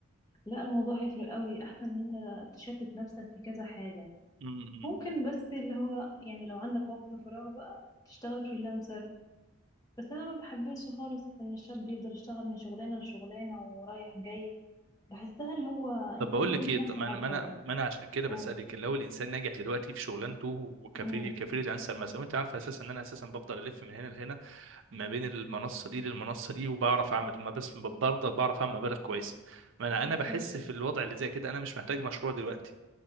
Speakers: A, on the left; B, on the right.
A: لا الموضوع هيفرق قوي أحسن من أنت تشتت نفسك في كذا حاجة
B: م- م- م-
A: ممكن
B: م-
A: بس اللي هو يعني لو عندك وقت فراغ بقى تشتغل فريلانسر بس انا ما بحبش خالص ان الشاب يفضل يشتغل من شغلانه لشغلانه ورايح جاي بحسها اللي هو انت
B: طب بقول
A: هتهلك
B: لك ايه
A: نفسك
B: طب ما انا
A: على
B: ما
A: الفاضي
B: انا ما انا عشان كده
A: قول
B: بسالك لو الانسان ناجح دلوقتي في شغلانته وكفري
A: امم
B: كفريلانسر مثلا وانت عارفه اساسا ان انا اساسا بفضل الف من هنا لهنا ما بين المنصه دي للمنصه دي وبعرف اعمل ما بس برضه بعرف اعمل مبالغ كويسه ما انا انا
A: طب
B: بحس
A: حلو
B: في الوضع اللي زي كده انا مش محتاج مشروع دلوقتي